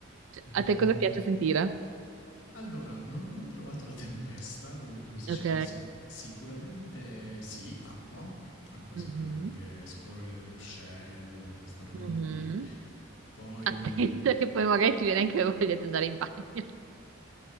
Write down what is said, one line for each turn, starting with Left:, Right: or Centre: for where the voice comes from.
Right: Cioè, a
Left: Bomba.
Right: te cosa piace sentire?
Left: Allora, non ho mai provato la tempesta, però mi incuriosisce,
Right: Ok.
Left: però sì- sicuramente sì, acqua, acqua sicuramente,
Right: Mhm.
Left: scorrere dell'uscello, questa roba
Right: Mhm.
Left: qui. Poi
Right: Attento che poi magari ti viene anche voglia di andare in bagno. <laughs>